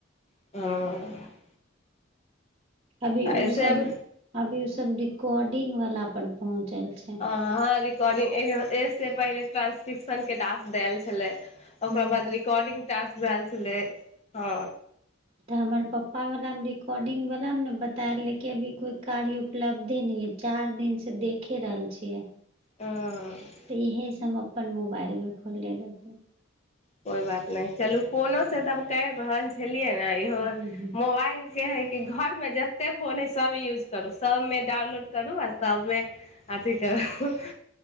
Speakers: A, on the left (about 35°); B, on the right (about 35°).
A: ह।
B: अभी
A: ऐसे
B: उ सब
A: अभी
B: अभी उ सब रिकॉर्डिंग वला पर पहुंचल छै।
A: हँ रिकॉर्डिंग एह-एह से पहिले ट्रांसक्रिपशन के टास्क दैल छेलै।
B: हूँ
A: ओकरा बाद रिकॉर्डिंग टास्क भैल छलै हँ।
B: तऽ हमर पप्पा वाला में रिकॉर्डिंग वला में न बतैल लै के अभी कोई कार्य। उपलब्धे नै है चार दिन से देखे रहल छियै।
A: कोइ
B: तऽ इहे सऽ हम अपन मोबाइल में खोलले रहली।
A: कोइ बात नहि चलू कोनो से त करि रहल छलियै ने इहो
B: हूँ हूँ
A: मोबाइल के है। कि घरमे जतेक फोन हय सभ यूज करू सभमे डाउनलोड करू आ सभमे। अथि कहु।